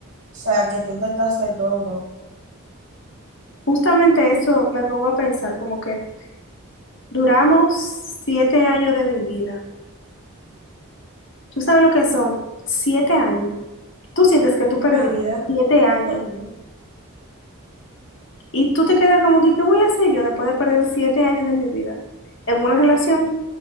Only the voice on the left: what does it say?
Justamente eso me pongo a pensar, como que duramos siete años de mi vida. ¿Tú sabes lo que son siete años? Tú sientes que tú perdiste
siete años
y tú te quedas como que, ¿qué voy a hacer yo después de perder siete años de mi vida en una relación